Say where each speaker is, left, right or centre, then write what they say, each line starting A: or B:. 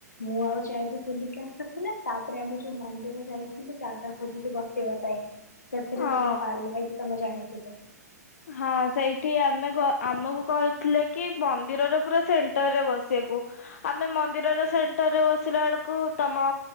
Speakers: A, on the left; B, on the left.
A: ମୁଁ ଆଉ ଯାଇବି ବୁଲିକି ଆସସାରିଥିଲେ, ତାପରେ ଆମେ ଯୋଉ ମନ୍ଦିର ଯାଇଥିଲୁ ଜାଗା ଖୋଜିକି ବସେଇବା ପାଇଁ। ସେଥିରେ
B: ହଁ।
A: ତ ଯୋଉ <inaudible> ତୋମେ ଜାଣିଥିବ।
B: ହଁ ସେଇଠି ଆମେ ଗ-ଆମକୁ କହିଥିଲେ କି ମନ୍ଦିରର ପୁରା ସେଣ୍ଟରରେ ବସିବାକୁ, ଆମେ ମନ୍ଦିରର ସେଣ୍ଟର ରେ ବସିଲା ବେଳକୁ ତୋମ